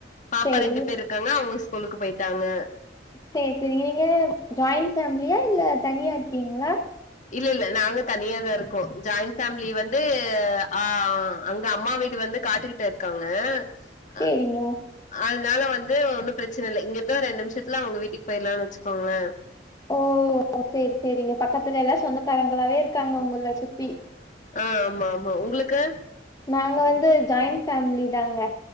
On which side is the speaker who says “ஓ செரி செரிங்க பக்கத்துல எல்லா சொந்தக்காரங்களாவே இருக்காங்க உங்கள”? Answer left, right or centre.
Left